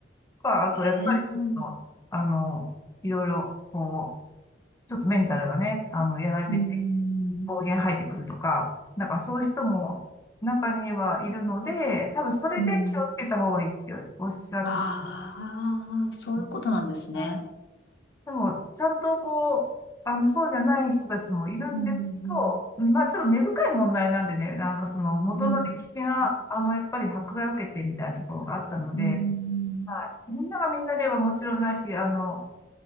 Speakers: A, on the left; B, on the left.
A: とか、あと、やっぱりちょっと、
B: ええ、
A: あの、いろいろ、こう、ちょっとメンタルがね、あの、やられて
B: うーん、
A: 暴言吐いてくるとか、なんかそういう人も中にはいるので、多分それで気をつけた方がいいっておっしゃってた
B: うん。ああ、そういうことなんですね。
A: ますはいでも、ちゃんとこう、あの、そうじゃない人たちもいるんですけど、
B: うん、うん、
A: うんまあちょっと根深い問題なんでね、なんかその元の歴史が、
B: うん、
A: あの、やっぱり迫害を受けてみたいなところがあったので、
B: うん、
A: はい、みんながみんなではもちろんないし、あの、